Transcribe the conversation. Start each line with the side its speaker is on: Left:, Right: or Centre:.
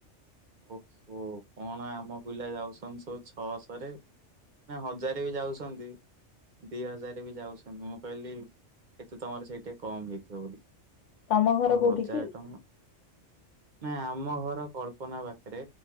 Right: ଓ ହ କଣ ଆମ ପିଲା ଯାଉଛନ୍ତି ସବୁ ଛଅ ଶହ ରେ ନା ହଜାରେ ବି ଯାଉଛନ୍ତି ଦି ହଜାର ବି ଯାଉଛନ୍ତି ମୁଁ କହିଲି କେତେ ତମର ସେଇଠି କମ ହେଇଥିବ ବୋଲି
Left: ତମ ଘର
Right: ଆ
Left: କୋଉଠି
Right: ହଜାର
Left: କି
Right: ଟଙ୍କା ନାଇ ଆମ ଘର କଳ୍ପନା ବାକି ପାଖରେ